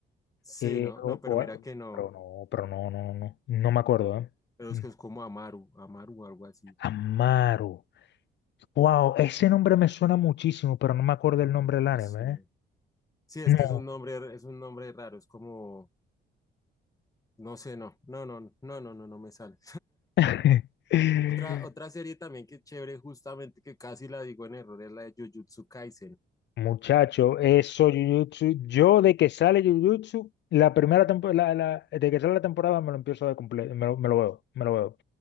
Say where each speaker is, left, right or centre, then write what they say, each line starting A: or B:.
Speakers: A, on the left; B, on the left.
A: sí,
B: eh,
A: no,
B: o-
A: no, pero
B: o-
A: mira que no,
B: pero no, pero no, no, no, no me acuerdo, ¿eh?
A: pero
B: Mm.
A: es que es como Amaru, Amaru, algo así.
B: Amaru. Wow, ese nombre me suena muchísimo, pero no me acuerdo
A: Amaru,
B: el nombre del anime,
A: vacío. Sí, es
B: ¿eh? No.
A: que es un nombre, es un nombre raro, es como, No sé, no, no, no, no, no, no, no me sale.
B: <laughs>
A: Otra, otra serie también que es chévere, justamente que casi la digo en error, es la de Jujutsu Kaisen.
B: Muchacho, eso Jujutsu, yo de que sale Jujutsu, la primera temporada, de que sale la temporada me lo empiezo a ver completo, me lo, me lo veo, me lo veo.